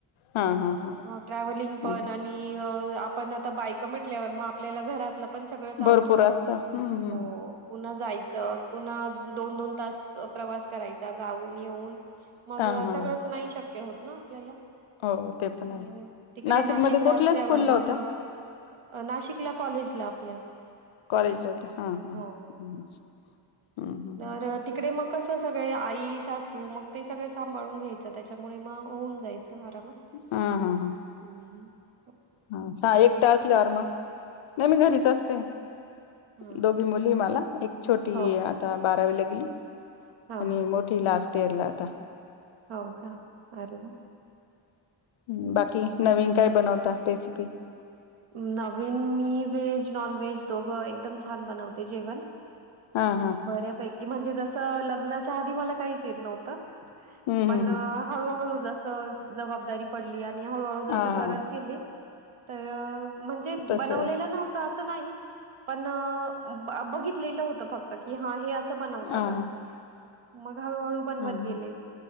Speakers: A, on the left; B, on the right.
A: हा हा हा
B: हो ट्रॅव्हलिंग पण
A: ह
B: आणि आपण आ बायक म्हटल्यावर आपल्याला घरात पण सगळंच आवरून
A: भरपूर असतं हम्म हम्म
B: हो पुन्हा जायचं पुन्हा दोन दोन तास प्रवास करायचा जाऊन येऊन मग
A: हा हा
B: सगळंत नाही शक्य होत ना आपल्याला हा,
A: हो ते पण आहे.
B: हा, हा तिकडे
A: नाशिकमध्ये
B: नाशिकला
A: कुठल्या
B: असल्यावर
A: स्कूलला
B: मग
A: होत्या
B: नाशिकला कॉलेजला आपल्या
A: कॉलेजला <unintelligible> हा हा्
B: हो.
A: हम्म हम्
B: तर अ, तिकडे मग कसं सगळे आई सासू मग ते सगळे सांभाळून घ्यायचं त्याच्यामुळे मग होऊन जायचं आस आरामात
A: हा हा हा
B: हम्
A: हा स एकट असल्यावर मग नाही मी घरीच असते.
B: हां,
A: दोघी
B: हां.
A: मुली हे मला एक छोटी
B: हो.
A: आता बारावीला गेली.
B: हां,
A: आणि
B: हां.
A: मोठी लास्ट इयरला आता
B: हो का अरे वा.
A: हम बाकी नवीन काय बनवता <unintelligible>
B: नवीन मी व्हेज नॉन व्हेज दोघं एकदम छान बनवते जेवण
A: हा हा हा
B: बऱ्यापैकी म्हणजे जसं लग्नाच्या आधी मला काहीच येत नव्हतं
A: हम्म
B: पण
A: हम्म हम्म
B: हळूहळू जस जबाबदारी पडली आणि हळूहळू जसं
A: हा
B: करत
A: हा
B: गेली तर म्हणजे
A: तस
B: बनवलेले
A: आहे
B: नव्हत असं असं नाही पण बघितलेलं होत फक्त हे असं बनतात
A: हा हा
B: असं मग हळूहळू बनवत
A: हम्म हम्म.
B: गेले